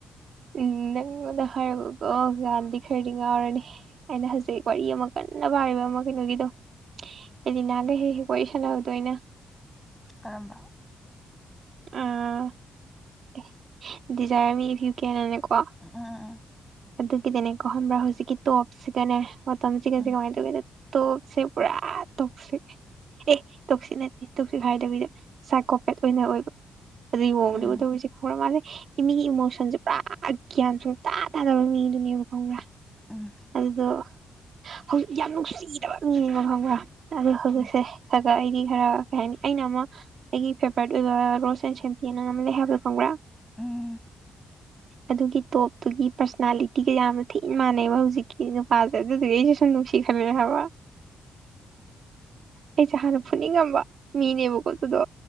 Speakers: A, on the right (about 60°); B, in the centre.
A: ꯎꯪ ꯅꯪꯉꫭꯟꯗ ꯍꯥꯏꯔꯒ ꯀꫭꯛ ꯌꯥꯅꯤ꯫ ꯗꯤ ꯈꯔꯗꯤ ꯉꯥꯎꯔꯅꯤ ꯑꯩꯅ ꯍꯖꯤꯛ ꯋꯥꯔꯤ ꯑꯃ ꯀꯟꯅ ꯄꯥꯔꯤꯕ ꯑꯃ ꯀꯩꯅꯣꯒꯤꯗꯣ ꯑꯦꯂꯤꯅꯥꯒ ꯍꯦꯛ-ꯍꯦꯛ ꯋꯥꯔꯤ ꯁꯥꯟꯅꯕꯗꯣ ꯑꯩꯅ꯫
B: ꯀꯔꯝꯕ꯫
A: ꯑꯥ ꯑꯦ ꯗꯤꯖꯥꯏꯔ ꯃꯤ ꯏꯐ ꯌꯨ ꯀꯦꯟ ꯍꯥꯏꯅ ꯀꫭ
B: ꯎꯝ ꯎꯝ
A: ꯑꯗꯨꯒꯤꯗꯤꯅꯦꯀꯣ ꯈꯪꯕ꯭ꯔꯥ ꯍꯧꯖꯤꯛꯀꯤ ꯇꯣꯞꯁꯤꯒꯅꯦ ꯇꯝꯖꯤꯀꯁꯤ
B: ꯎꯝ
A: ꯀꯃꯥꯏꯅ ꯇꯧꯒꯦꯗ ꯇꯣꯞꯁꯦ ꯄꯨꯔꯥ ꯇꯣꯞꯁꯦ ꯑꯦ ꯇꯣꯛꯁꯤꯠ ꯅꯠꯇꯦ꯫ ꯁꯤꯛ ꯍꯥꯏꯗꯕꯤꯗ ꯁꯥꯏꯀꯣꯄꯦꯠ ꯑꯣꯏꯅ ꯑꯣꯏꯕ꯫ ꯑꯗꯨꯒꯤ
B: ꯎꯝ
A: ꯃꯑꫭꯡꯗ <unintelligible> ꯃꯤꯒꯤ ꯏꯃꯣꯁꯟꯁꯦ ꯄꯨꯔꯥ ꯑꯒꯌꯥꯟ ꯁꯡꯨ ꯇꯥ ꯇꯥꯗꯕ ꯃꯤꯗꯨꯅꯦꯕ ꯈꯪꯕ꯭ꯔꯥ꯫
B: ꯎꯝ ꯎꯝ
A: ꯑꯗꯨꯗꯣ ꯍꯧꯖꯤꯛ ꯌꯥꯝ ꯅꯨꯡꯁꯤꯕ ꯃꯤ ꯃ ꯐꯪꯕ ꯑꯗꯨ ꯍꯧꯖꯤꯛꯁꯦ
B: ꯎꯝ
A: ꯒ ꯑꯩꯗꯤ ꯈꯔ ꯀꯩ ꯍꯥꯏꯅꯤ ꯑꯩꯅ ꯑꯃ ꯑꯩꯒꯤ ꯐꯦꯚꯣꯔꯥꯏꯠ ꯑꯣꯏꯕ ꯔꯣꯁ ꯑꯦꯟ ꯁꯦꯝꯄꯤꯅ ꯃ ꯂꯩ꯫ ꯍꯥꯏꯕꯗꯣ ꯈꯪꯕ꯭ꯔꯥ
B: ꯎꯝ
A: ꯑꯗꯨꯒꯤ ꯇꯣꯞꯇꯨꯒꯤ ꯄꯔꯁꯅꯥꯂꯤꯇꯤꯒ ꯌꯥꯝꯅ ꯊꯤꯅ ꯃꯥꯟꯅꯩꯕ ꯍꯧꯖꯤꯛꯀꯤ ꯅꯨꯄꯥꯁꯦ ꯑꯗꯨꯗꯨꯒꯤ ꯑꯩꯁꯨꯦ ꯁꯨꯝ ꯅꯨꯡꯁꯤ ꯈꯜꯂꯦ ꯍꯥꯏꯕ ꯑꯩꯁꯦ ꯍꯥꯟꯅ ꯐꯨꯅꯤꯡꯉꯝꯕ ꯃꯤꯅꯦꯕꯀꫭ ꯗꯨꯗꯣ꯫